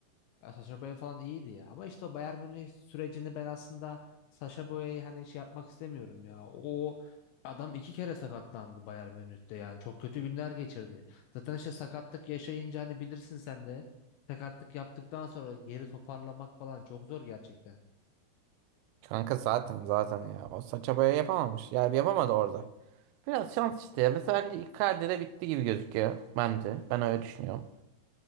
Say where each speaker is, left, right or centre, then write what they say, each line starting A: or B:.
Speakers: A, on the left (about 80°); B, on the right (about 85°).
A: Ya Sacha Boey falan iyiydi ya. Ama işte o Bayern Münih sürecini ben aslında Sacha Boey'e hani şey yapmak istemiyorum ya. O adam iki kere sakatlandı Bayern Münih'te yani. Çok kötü günler geçirdi. Zaten işte sakatlık yaşayınca hani bilirsin sen de. Sakatlık yaptıktan sonra geri toparlamak falan çok zor gerçekten.
B: Kanka zaten zaten ya. O Sacha Boey yapamamış. Ya yapamadı orada. Biraz şans işte. ya. Mesela bence Icardi'de bitti gibi gözüküyor. Bence. Ben öyle düşünüyorum.